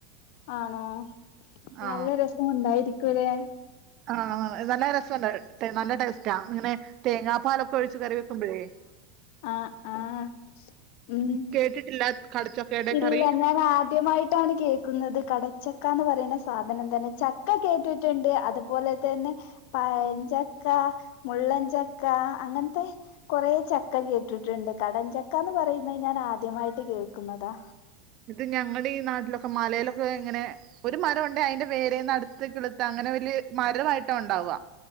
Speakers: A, on the left; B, on the right.
A: ആണോ?
B: ആ
A: നല്ല രസമുണ്ടായിരിക്കൂല്ലേ?
B: ആഹ് നല്ല രസംണ്ട്. നല്ല ടേസ്റ്റാ. ഇങ്ങനെ തേങ്ങാ പാലൊക്കെ ഒഴിച്ച് കറി വെക്കുമ്പഴേ.
A: ആഹ് ആഹ്. ഉം.
B: കേട്ടിട്ടില്ല കടച്ചൊക്കയുടെ
A: ഇല്ല
B: കറി
A: ഞാൻ ആദ്യമായിട്ടാണ് കേക്കുന്നത് കട ചക്ക എന്ന് പറയണ സാധനം തന്നെ. ചക്ക കേട്ടിട്ട് ട്ട്ണ്ട്. അതുപോലെ തന്നെ പഴഞ്ചക്ക മുള്ളൻചക് ക്ക. അങ്ങൻത്തെ കൊറേ ചക്ക കേട്ടിട്ട്ണ്ട്. കടൻ ചക്കാന്ന് പറയ്ന്നത് ഞാൻ ആദ്യമായിട്ട് കേക്ക്ന്നതാ.
B: ഇത് ഞങ്ങടെ ഈ നാട്ടിലൊക്കെ മലേലൊക്കെ ഇങ്ങനെ ഒരു മരം ഉണ്ടേ അതിന്റെ വേരേന്ന് അട്ത്തതേ ക്ള്ത്ത് അങ്ങനെ വലിയ മരവായിട്ടാ ഉണ്ടാവുവാ.